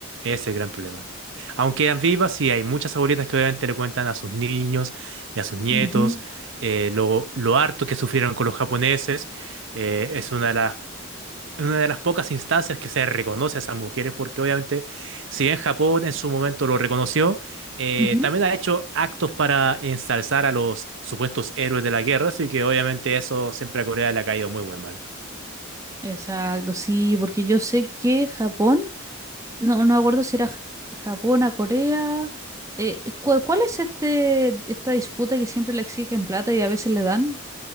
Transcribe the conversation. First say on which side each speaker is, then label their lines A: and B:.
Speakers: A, on the right; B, on the right.
A: es el gran problema. Aunque quedan vivas, sí, hay muchas abuelitas que obviamente le cuentan a sus niños y a sus nietos
B: Ujú,
A: eh, lo, lo harto que sufrieron con los japoneses. Eh, es una de las en una de las pocas instancias que se reconoce a esas mujeres, porque obviamente, si bien Japón en su momento lo reconoció, eh,
B: ujú.
A: también ha hecho actos para ensalzar a los supuestos héroes de la guerra, así que obviamente eso siempre a Corea le ha caído muy, muy mal.
B: Exacto, sí, porque yo sé que Japón No, no me acuerdo si era Ja- Japón a Corea. Eh, ¿cu- ¿cuál es este, esta disputa que siempre le exigen plata y a veces le dan?